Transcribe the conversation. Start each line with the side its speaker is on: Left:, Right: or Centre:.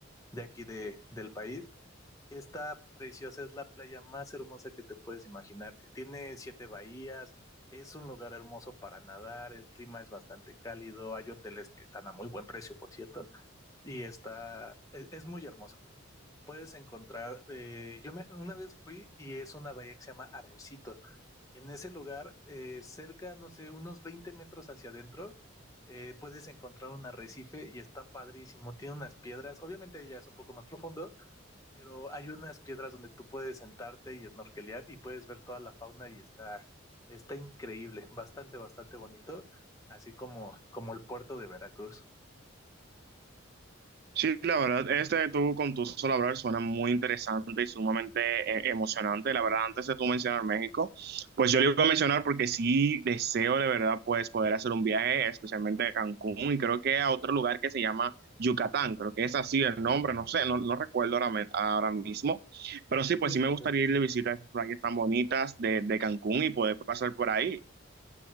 Left: de aquí de, del país. Está preciosa, es la playa más hermosa que te puedes imaginar. Tiene siete bahías, es un lugar hermoso para nadar, el clima es bastante cálido, hay hoteles que están a muy buen precio, por cierto, y está, es, es muy hermoso. Puedes encontrar, eh, yo me, una vez fui y es una bahía que se llama Arrocito. En ese lugar, eh, cerca, no sé, unos 20 metros hacia adentro, eh, puedes encontrar un arrecife y está padrísimo. Tiene unas piedras, obviamente ya es un poco más profundo, pero hay unas piedras donde tú puedes sentarte y snorkelear y puedes ver toda la fauna y está, está increíble, bastante, bastante bonito, así como, como el puerto de Veracruz.
Right: Sí, la verdad, este de tú con tu solo hablar suena muy interesante y sumamente eh, emocionante. La verdad, antes de tú mencionar México, pues yo le iba a mencionar porque sí deseo de verdad pues poder hacer un viaje, especialmente a Cancún y creo que a otro lugar que se llama Yucatán. Creo que es así el nombre, no sé, no, no recuerdo ahora, me- ahora mismo. Pero sí, pues
Left: Sí, es
Right: sí
Left: correcto.
Right: me gustaría ir de visita a esas playas tan bonitas de, de Cancún y poder pasar por ahí.